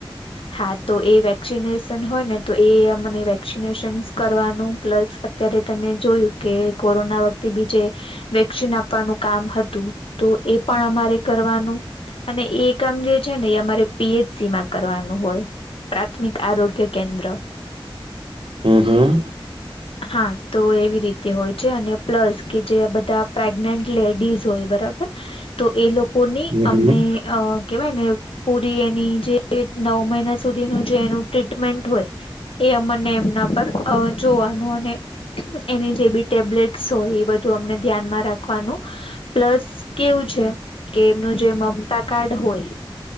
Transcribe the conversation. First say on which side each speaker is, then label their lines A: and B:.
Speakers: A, on the left; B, on the right.
A: હા, તો એ વેક્સિનેશન હોય ને તો એ મને વેક્સિનેશન્સ કરવાનું પ્લસ, અત્યારે તમે જોયું કે કોરોના વખ તે બીજે વેક્સીન આપવાનું કામ હતું. તો એ પણ અમારે કરવાનું અને એ કામ જે છે ને એ અમારે પીએચસીમાં કરવાનું હોય, પ્રાથમિક આરોગ્ય કેન્દ્ર
B: હમ્મ, હમ્મ.
A: હા, તો એવી રીતે હોય છે, અને પ્લસ કે જે બધા પ્રેગ્નેન્ટ લેડીઝ હોય બરાબર, તો એ લોકોની
B: હમ
A: અમને અ કેવાય ને પૂરી એની જે નવ મહિના સુધીનું જે એનું ટ્રીટમેન્ટ હોય એ અમને એમના પર અ જોવાનું, અને એની જે બી ટેબ્લેટસ હોય એ બધું અમને ધ્યાનમાં રાખવાનું, પ્લસ કેવું છે કે એમનું જે મમતા કાર્ડ હોય